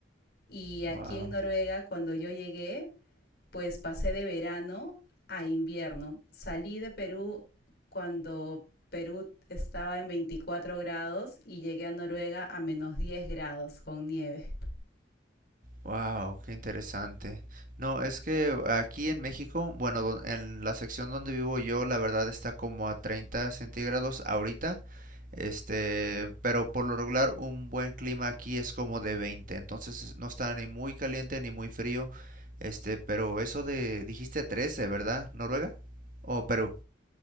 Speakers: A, on the left (about 55°); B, on the right (about 45°).
A: Y aquí
B: Wow.
A: en Noruega, cuando yo llegué, pues pasé de verano a invierno. Salí de Perú cuando Perú estaba en 24 grados y llegué a Noruega a menos 10 grados con nieve.
B: Wow, qué interesante. No, es que aquí en México, bueno, don- en la sección donde vivo yo, la verdad está como a 30 centígrados ahorita. Este, pero por lo regular un buen clima aquí es como de 20. entonces no está ni muy caliente ni muy frío. Este, pero eso de, dijiste 13, ¿verdad? ¿Noruega? ¿O Perú?